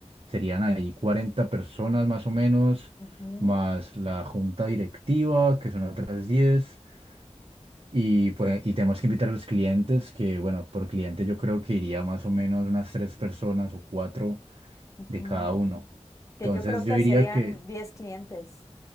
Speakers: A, on the right; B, on the left.
A: Serían ahí 40 personas más o menos,
B: ujú,
A: más la junta directiva, que son otras diez Y, pues, y tenemos que invitar a los clientes, que bueno, por cliente yo creo que iría más o menos unas tres personas o cuatro
B: ujú.
A: de cada uno.
B: Que
A: Entonces
B: yo creo
A: yo
B: que
A: diría
B: serían
A: que,
B: 10 clientes.